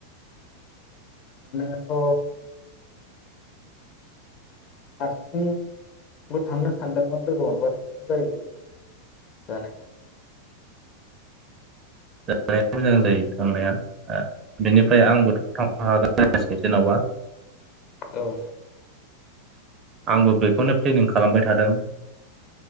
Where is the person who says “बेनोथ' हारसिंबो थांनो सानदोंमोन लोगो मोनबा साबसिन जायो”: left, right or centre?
Left